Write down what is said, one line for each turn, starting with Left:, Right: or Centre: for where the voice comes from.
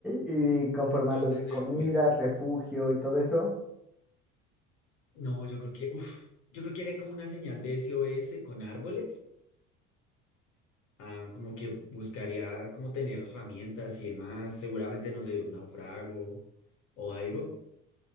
Centre: Y conforme
Left: Yo
Centre: a lo
Left: tendría
Centre: de comida,
Left: un Wilson.
Centre: refugio y todo eso.
Left: No, yo creo que, uf, yo creo que haría como una señal de SOS con árboles, ah, como que buscaría como tener herramientas y demás, seguramente no sé, de un naufrago o algo,